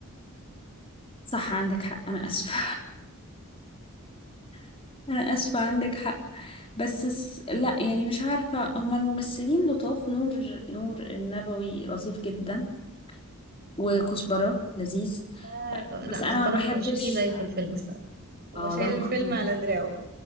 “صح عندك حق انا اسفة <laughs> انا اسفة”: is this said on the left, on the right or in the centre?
Left